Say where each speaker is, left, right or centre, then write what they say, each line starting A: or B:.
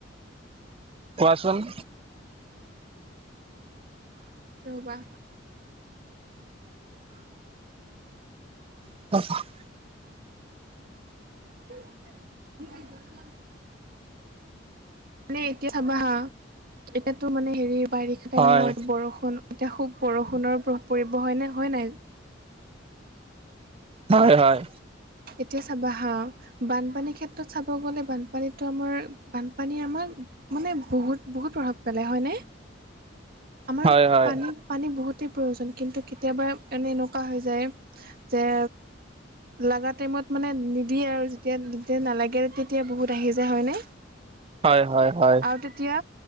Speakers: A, on the right; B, on the right.
A: কোৱাচোন?
B: ৰবা।
A: <unintelligible>
B: <unintelligible> মানে এতিয়া চাবা হা এতিয়া টো মানে হেৰী বাৰিষা টাইম
A: হয়
B: ন বৰষুণ এতিয়া খুব বৰষুণৰ প্ৰভাৱ পৰিব হয়নে? হয় নাই?
A: হয় হয়।
B: এতিয়া চাবা হাঁ। বানপানীৰ ক্ষেত্ৰত চাব গ'লে বানপানীতো আমাৰ বানপানী আমাৰ মানে বহুত বহুত প্ৰভাৱ পেলাই হয়নে? আমাৰ
A: হয়
B: পানী পানী বহুতেই প্ৰয়োজন কিন্তু কেতিয়াবা মানে এনেকুৱা হৈ যায়, যে লগা টাইমত মানে নিদিয়ে আৰু যেতিয়া যেতিয়া নালাগে তেতিয়া বহুত আহি যায়, হয়নে?
A: হয় হয়। হয়
B: আৰু তেতিয়া